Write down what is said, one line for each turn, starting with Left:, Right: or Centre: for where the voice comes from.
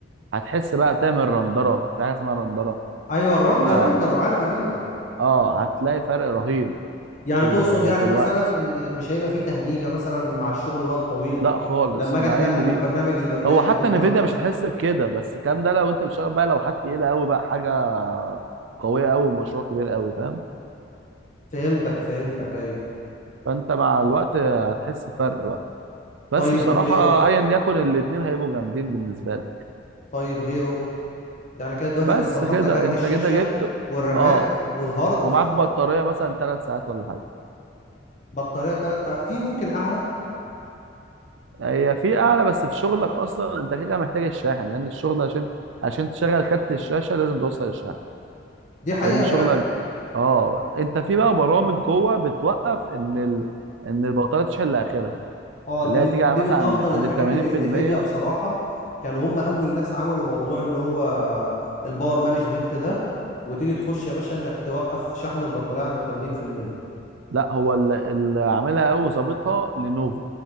Right: هتحس بقى بتعمل رندرة في حاجة اسمها رندرة
Left: ايوه الرن الريندر
Right: اه,
Left: عارف الريندر
Right: آه هتلاقي فرق رهيب
Left: يعني
Right: في ال...
Left: تقصد يعني
Right: في الوقت
Left: مثلا ان مش هيبقى فيه تهنيجه مثلا مع الشغل الوقت طويل
Right: لا خالص
Left: لما اجي
Right: مع
Left: اتنقل
Right: ام دي
Left: من برنامج لبرنامج
Right: هو حتى
Left: والكلام
Right: نفيديا
Left: ده
Right: مش هتحس بكده بس الكلام ده لو انت بتشتغل بقى لو حد تقيلة قوي بقى حاجة قوية قوي ومشروع كبير قوي فاهم
Left: فهمتك فهمتك ايوه
Right: فانت مع الوقت هتحس بفرق بقى بس
Left: طيب
Right: بصراحة
Left: غيره
Right: ايا يكن الاتنين هيبقوا جامدين بالنسبة لي
Left: طيب غيره يعني كده دلوقتي
Right: بس
Left: احنا ظبطنا
Right: كده
Left: كارت
Right: انت
Left: الشاشه
Right: كده جبت
Left: والرامات
Right: اه
Left: والهارد
Right: ومعاك بطاريه مثلا ثلاث ساعات ولا حاجه
Left: بطاريه تلات آه، في ممكن اعلى
Right: هي في اعلى بس في شغلك اصلا انت كده محتاج الشاحن لان الشغل عشان عشان تشغل كارت الشاشه لازم توصل الشاحن
Left: دي حقيقه
Right: لان شغلك
Left: فعلا
Right: اه انت في بقى برامج جوه بتوقف ان ال... ان البطاريه تشحن لاخرها
Left: اه
Right: اللي
Left: دي
Right: هي
Left: من
Right: تيجي على
Left: دي
Right: مثلا
Left: من
Right: عند
Left: افضل
Right: عند
Left: الحاجات
Right: ال 80%
Left: اللي في نيفيديا بصراحه كانوا هم اول ناس عملوا موضوع اللي هو الباور مانجمنت ده وتيجي تخش يا باشا انك توقف شحن البطاريه عند ال 80%
Right: لا هو ال- اللي عاملها قوي وظابطها لينوفو